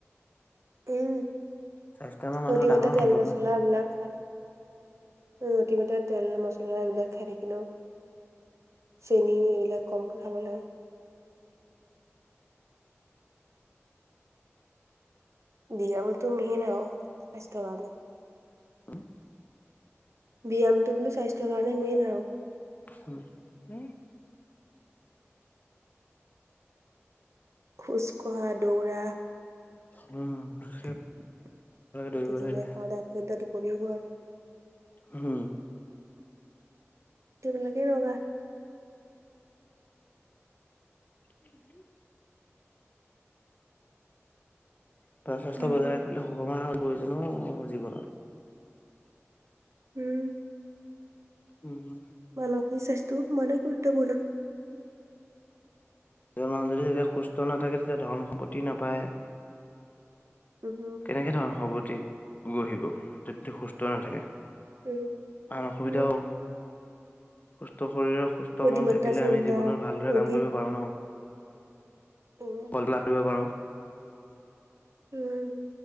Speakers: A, on the right; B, on the left.
A: উম
B: স্বাস্থ্য আমাৰ মানুহৰ
A: অধিক মাত্ৰাত
B: ডাঙৰ
A: তেল
B: সম্পদ
A: মচলা
B: ন।
A: এই বিলাক খাই থা, উম অধিক মাত্ৰাত তেল মচলা এইবিলাক খাই থাকিলেও, চেনি এইবিলাক কমকৈ খাব লাগে। বিয়ামতো মেইন আৰু স্বাস্থ্যৰ কাৰণে।
B: উমো
A: ব্যায়ামটো বোলো স্বাস্থ্যৰ কাৰণে মেইন আৰু
B: উম উম।
A: খোজকঢ়া দৌৰা।
B: উম, খোজকাঢ়িব
A: প্ৰতিদিনে
B: দৌৰিব লাগে
A: সাত আঠ ঘণ্টা টোপনি গোৱা,
B: হম।
A: তে মতলে কি ৰোগা।
B: উম হম। ত স্বাস্থ্য
A: উম
B: বজাই ৰাখিবলৈ শুভ মাহ প্ৰয়োজনো জীৱনত।
A: উম।
B: উম হুম।
A: মানসিক স্বাস্থ্য‌ও সমানে গুৰুত্বপূৰ্ণ।
B: মানুহ যদি যেতিয়া সুস্থ নাথাকে তেতিয়া ধন সম্পত্তি নাপায়।
A: উম
B: কেনেকে ধৰণৰ সৱতি গঢ়িব যদি সুস্থ নাথাকে।
A: উম
B: আন অসুবিধাও
A: উম
B: সুস্থ। শৰীৰৰ সুস্থ
A: অতিমাত্ৰা
B: মন থাকিলে
A: চিন্তা
B: আমি জীৱনত ভালদৰে
A: অধিক
B: কাম কৰিব পাৰোঁ ন।
A: উম
B: পল লাভ কৰিব পাৰো।
A: উম।